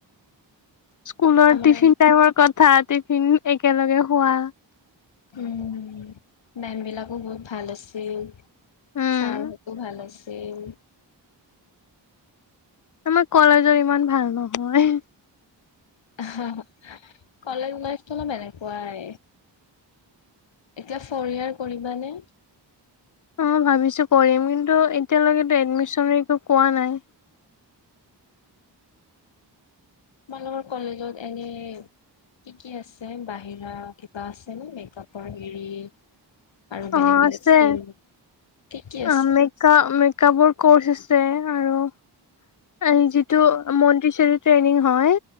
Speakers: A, on the left; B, on the left.
A: স্কুলৰ
B: আমাৰ
A: টিফিন টাইমৰ কথাত টিফিন একেলগে খোৱা
B: উম, মেম বিলাকো বহুত ভাল আছিল।
A: উম
B: চাৰ হতে ভাল আছিলে। উম।
A: আমাৰ কলেজৰ ইমান ভাল নহয়।
B: হা হা কলেজ লাইপ টো এনেকুৱাই এতিয়া ফৰিয়াৰ কৰিবানে?
A: অঁ ভাবিছো কৰিম কিন্তু এতিয়ালৈকেতো এডমিশন একো কোৱা নাই!
B: মইালোকৰ কলেজত এনে কি কি আছে বাহিৰা কিবা আছেনে মেকআপৰ হেৰি আৰু বেলেগ
A: অ
B: বেলেগ
A: আছে
B: স্কিম কি কি আছে?
A: আ ম মেকা মে কাবোৰ কৰ্চ আছে আৰু যিটো মিন্দিচেৰি ট্ৰেইনিং হয়